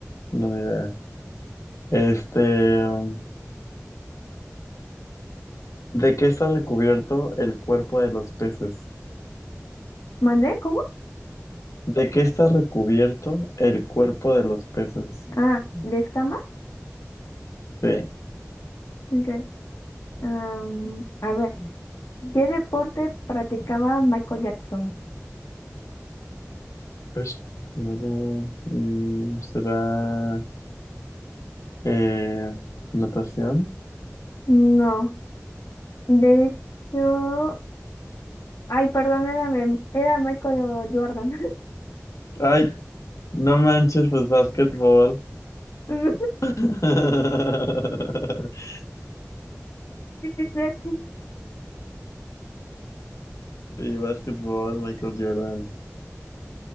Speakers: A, on the left; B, on the left.
A: no, ni idea. Este, um, ¿de qué está recubierto el cuerpo de los peces?
B: ¿Mandé? ¿Cómo?
A: ¿De qué está recubierto el cuerpo de los peces?
B: Ah, ¿de escamas?
A: Sí,
B: Ok. Am, a ver, ¿qué deporte practicaba Michael Jackson?
A: pues, no sé, mm, ¿será eh, natación?
B: No, de hecho, ay, perdón, era, era Michael Jordan.
A: Ay, no manches, pues básquetbol.
B: <laughs>
A: <laughs>
B: Sí, sí, sí.
A: Sí, básquetbol, Michael Jordan.